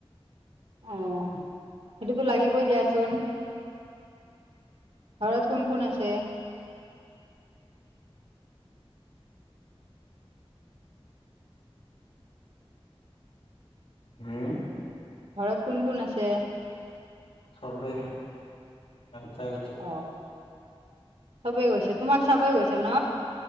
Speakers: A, on the right; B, on the left.
A: অ', সেইটোতো লাগিবই দিয়াচোন। ঘৰত কোন কোন আছে?
B: হুম।
A: ঘৰত কোন কোন আছে?
B: চবে <unintelligible>
A: অ চবেই গৈছে তোমাক চাব গৈছে ন?